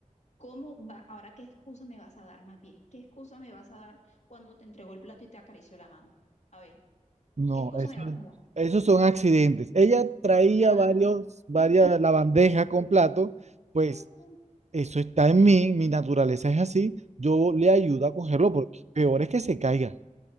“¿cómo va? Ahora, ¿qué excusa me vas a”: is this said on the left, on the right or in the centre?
Left